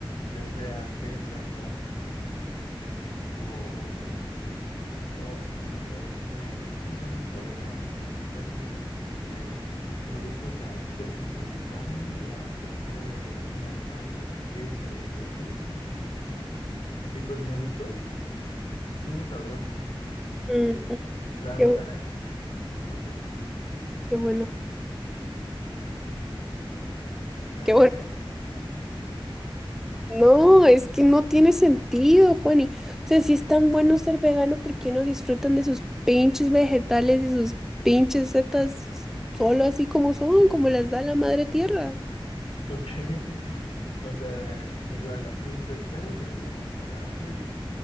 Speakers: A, on the left (about 80°); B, in the centre.
A: ya sea setas, hongos, este, o tofu o este, ¿cómo se llama? Soya y estas cosas, este, productos alternos a la carne o a cualquiera de origen animal como el queso o así. Y pues me gustó, estuvo sabroso.
B: Mm,
A: La verdad,
B: qué, bu-
A: mande.
B: qué bueno.
A: Ay,
B: Qué bueno.
A: qué-
B: No, es que no tiene sentido, Juani. O sea, si es tan bueno ser vegano, ¿por qué no disfrutan de sus pinches vegetales y sus pinches setas solo así como son, como las da la madre tierra?
A: Mm. Ok, <laughs> o sea, igual así un pescado deberíamos agarrarlo y